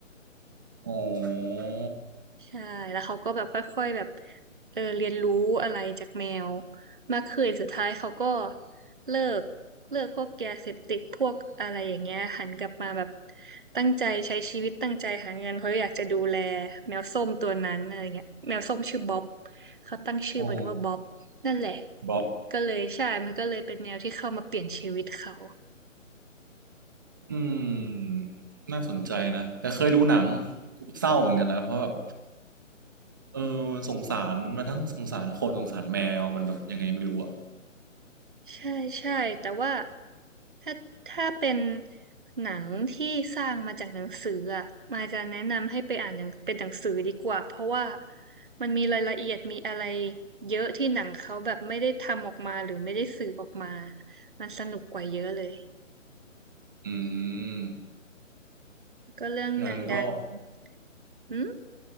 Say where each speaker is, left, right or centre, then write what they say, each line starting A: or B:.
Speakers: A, on the right; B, on the right.
A: อ๋อ
B: ใช่แล้วเขาก็แบบค่อยๆแบบเออเรียนรู้อะไรจากแมวมากขึ้นสุดท้ายเขาก็เลิกเลิกพวกยาเสพติดพวกอะไรอย่างเงี้ยหันกลับมาแบบตั้งใจใช้ชีวิตตั้งใจหาเงินเพราะอยากจะดูแลแมวส้มตัวนั้นอะไรเงี้ยแมวส้มชื่อบ๊อบเขาตั้งชื่อมันว่าบ๊อบนั่นแหละ
A: อ๋อบ๊อบ
B: ก็เลยใช่มันก็เลยเป็นแมวที่เข้ามาเปลี่ยนชีวิตเขา
A: อืมน่าสนใจนะแต่เคยดูหนังเศร้าเหมือนกันนะเพราะแบบเออมันสงสารมันทั้งสงสารคนสงสารแมวมันแบบยังไงไม่รู้อ่ะ
B: ใช่ใช่แต่ว่าถ้าถ้าเป็นหนังที่สร้างมาจากหนังสืออ่ะมายจะแนะนำให้ไปอ่านหนังเป็นหนังสือดีกว่าเพราะว่ามันมีรายละเอียดมีอะไรเยอะที่หนังเขาแบบไม่ได้ทำออกมาหรือไม่ได้สื่อออกมามันสนุกกว่าเยอะเลย
A: อืม
B: ก็เรื่องดัง
A: งั้นก็
B: ๆหืม